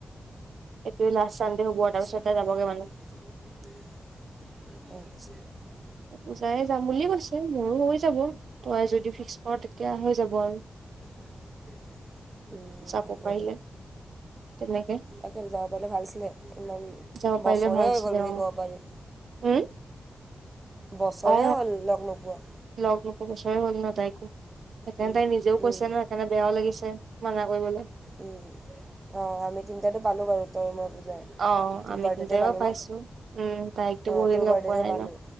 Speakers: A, on the right (about 70°); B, on the right (about 25°).
A: এইটোৱে লষ্ট চানদে হব
B: আচ্ছা
A: তাৰপাছত তাই জাবগে মানে।
B: <unintelligible>
A: পূজাই যাম বুলি কৈছে ময়ো হৈ যাব। তই যদি ফিক্স কৰ তেতিয়া হৈ যাব আৰু
B: <unintelligible>
A: যাব
B: হ'ব
A: পাৰিলে।
B: দে
A: তেনেকে
B: তাকে যাব পাৰিলে ভাল আছিলে, ইমান
A: যাব পাৰিলে
B: বছৰে
A: ভাল
B: হৈ
A: আছিলে
B: গ'ল বুলি
A: অ
B: ক'ব পাৰি।
A: উম।
B: বছৰে
A: অ
B: হ'ল লগ নোপোৱা।
A: লগ নোপোৱা বছৰে হ'ল ন তাইক সেইকাৰণে
B: উম,
A: তাই নিজেও
B: উম,
A: কৈছে ন সেইকাৰণে বেয়াও লাগিছে। মানা কৰিবলে।
B: অঁ। অঁ আমি তিনিটাটো পালোঁ বাৰু তই মই পূজাই।
A: অ
B: তোৰ
A: আমি
B: বাৰ্থডে'তে
A: তিনটাই
B: পালোঁ
A: বা পাইছো
B: ন
A: উম তাইকটো
B: অঁ
A: বহু
B: তোৰ
A: দিন
B: বাৰ্থডে'তে
A: পোৱা নাই
B: পালোঁ
A: ন।